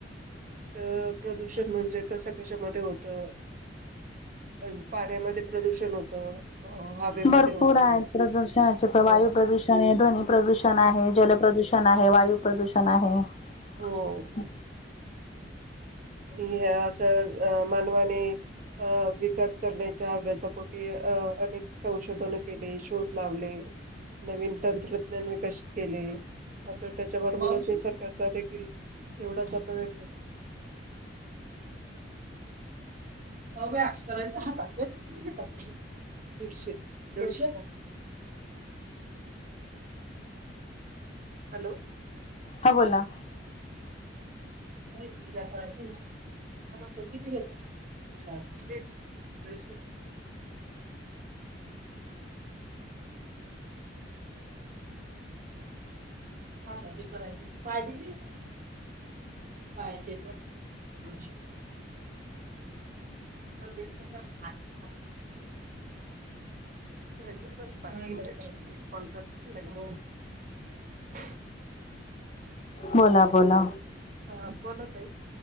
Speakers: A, on the right; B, on the left.
A: तर प्रदूषण म्हणजे, कशा कशामध्ये होत अ. अ पाण्यामध्ये प्रदूषण होतं, अ हवेमध्ये
B: भरपूर
A: होत.
B: आहेत प्रदूषणाचे
A: हो.
B: वायू प्रदूषण आहे ध्वनी प्रदूषण
A: अ,
B: आहे. जल प्रदुषण. वायू प्रदूषण आहे. <inaudible>
A: हो आणि ह्या अशा अ मानवाने अ विकास करण्याच्या अभ्यासापोटी अ अनेक संशोधन केले. शोध लावले नवीन तंत्रज्ञान विकसित केले मग त्याच्याबरोबरच मी सरकारचा देखील तेवढाच अपयग केला. ओ व्यकस करायच हाताचे, किती घेतात तुम्ही दीडशे. दिडशे. हॅलो.
B: हा बोला.
A: नाही. तिला करायचं ना. किती घेता दिडशे दिडशे. हाताचे करायचे. पायाचे किती घेता? पायाचे पण दोनशे. <unintelligible> करायच बसा पाच मिनिट एक कॉल करते मग लगेच करते.
B: बोला बोला.
A: हा बोला ताई